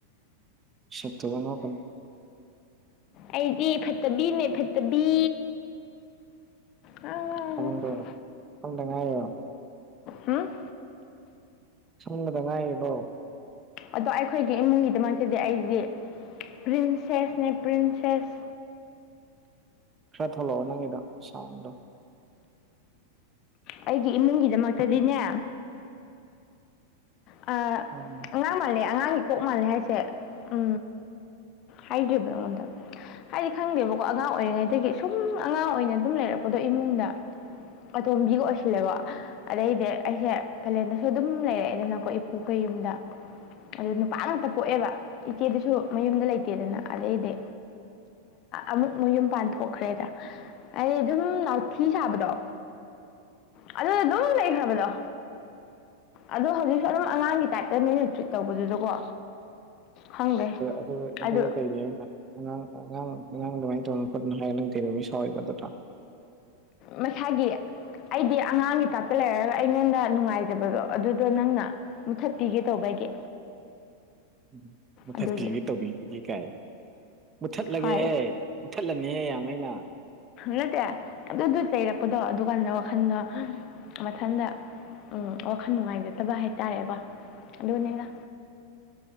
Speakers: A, on the right; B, on the left.
A: ꯁ ꯇꯣ ꯀ ꯃꯥ
B: ꯑꯩꯗꯤ ꯐꯠꯇꯕꯤꯅꯦ ꯐꯠꯇꯕꯤ ꯎꯝ
A: ꯅꯪꯕ꯭ꯔꯣ ꯈꯗꯉꯣ
B: ꯎꯝ
A: ꯁꯝꯅꯗ ꯉꯥꯏꯌꯦꯕꯧ
B: ꯑꯗꯣ ꯑꯩꯈꯣꯏꯒꯤ ꯏꯃꯨꯡꯒꯤꯗꯃꯛꯇꯗꯤ ꯑꯩꯗꯤ ꯄ꯭ꯔꯤꯟꯁꯦꯁꯅꯦ ꯄ꯭ꯔꯤꯟꯁꯦꯁ
A: ꯈꯔ ꯊꯣꯛꯂꯛꯑꯣ ꯅꯪꯒꯤꯗꯣ ꯁꯥꯎꯟꯗꯣ
B: ꯑꯩꯒꯤ ꯏꯃꯨꯡꯒꯤꯗꯃꯛꯇꯗꯤꯅꯦ ꯑꯥ
A: ꯑꯣ
B: ꯑꯉꯥꯡ ꯃꯥꯜꯂꯦ ꯑꯉꯥꯡꯒꯤ ꯀꯣꯛ ꯃꯥꯜꯂꯦ ꯍꯥꯏꯁꯦ ꯎ ꯍꯥꯏꯗ꯭ꯔꯤꯕ ꯑꯩꯉꯣꯟꯗ ꯍꯥꯏꯗꯤ ꯈꯪꯗꯦꯕꯀꯣ ꯑꯉꯥꯡ ꯑꯣꯏꯔꯤꯉꯩꯗꯒꯤ ꯁꯨꯝ ꯑꯉꯥꯡ ꯑꯣꯏꯅ ꯑꯗꯨꯝ ꯂꯩꯔꯛꯄꯗꯣ ꯏꯃꯨꯡꯗ ꯑꯇꯣꯝꯕꯤꯒ ꯑꯣꯏꯁꯤꯜꯂꯦꯕꯣ ꯑꯗꯩꯗꯤ ꯑꯩꯁꯦ ꯀꯥꯂꯦꯟꯗꯁꯨ ꯑꯗꯨꯝ ꯂꯩꯔꯦꯗ ꯑꯩꯣꯏ ꯏꯄꯨ ꯀꯩ ꯌꯨꯝꯗ ꯑꯗꯨ ꯅꯨꯄꯥ ꯉꯥꯛꯇ ꯄꯣꯛꯑꯦꯕ ꯏꯆꯦꯗꯨꯁꯨ ꯃꯌꯨꯝꯗ ꯂꯩꯇꯦꯗꯅ ꯑꯗꯩꯗꯤ ꯑꯃꯨꯛ ꯃ ꯌꯨꯝ ꯄꯥꯟ ꯊꯣꯛꯣꯛꯈ꯭ꯔꯦꯗ ꯑꯩ ꯑꯗꯨꯝ ꯅꯥꯎꯊꯤ ꯁꯥꯕꯗꯣ ꯑꯗꯨꯗ ꯑꯗꯨꯝ ꯂꯩꯈ꯭ꯔꯕꯗꯣ ꯑꯗꯣ ꯍꯧꯖꯤꯛ ꯑꯗꯨꯝ ꯑꯉꯥꯡꯒꯤ ꯇꯥꯏꯞꯇ ꯅꯣꯏꯅ ꯇ꯭ꯔꯤꯠ ꯇꯧꯕꯗꯨꯗꯀꯣ ꯈꯪꯗꯦ
A: ꯑꯗꯨꯒ ꯑꯗꯨꯒ
B: ꯑꯗꯨ
A: ꯀꯩꯒꯤ ꯑꯩꯅ ꯑꯉꯥꯡ ꯑꯉꯥꯡ ꯑꯉꯥꯡ ꯑꯗꯨꯃꯥꯏꯅ ꯇꯧꯅ ꯈꯣꯠꯅ ꯍꯥꯏꯔ ꯅꯪ ꯀꯩꯅꯧꯕꯒꯤ ꯁꯥꯎꯏꯕ ꯑꯗꯨꯗ
B: ꯃꯁꯥꯒꯤ ꯑꯩꯗꯤ ꯑꯉꯥꯡꯒꯤ ꯇꯥꯛꯞꯇ ꯂꯩꯔꯒ ꯑꯩꯉꯣꯟꯗ ꯅꯨꯡꯉꯥꯏꯖꯕꯗꯣ ꯑꯗꯨꯗꯣ ꯅꯪꯅ ꯃꯨꯊꯠꯄꯤꯒꯦ ꯇꯧꯕꯒꯤ
A: ꯎꯝ ꯃꯨꯊꯠꯄꯤꯒ
B: ꯑꯗꯨꯒꯤ
A: ꯇꯧꯕꯤꯕꯒꯦ ꯀꯥꯏ ꯃꯨꯊꯠꯂꯒꯦꯍꯦ
B: ꯍꯣꯏ
A: ꯃꯨꯠꯊꯠꯂꯅꯤꯍꯦ ꯌꯥꯝ ꯑꯩꯅ
B: ꯅꯠꯇꯦ ꯑꯗꯨꯗ ꯆꯩꯔꯛꯄꯗꯣ ꯑꯗꯨꯀꯥꯟꯗꯅ ꯋꯥꯈꯟꯗꯣ ꯃꯊꯟꯗ ꯎꯝ ꯋꯥꯈꯜ ꯅꯨꯡꯉꯥꯏꯖꯗꯕ ꯍꯥꯏꯇꯥꯔꯦꯕꯣ ꯑꯗꯨꯅꯦꯅ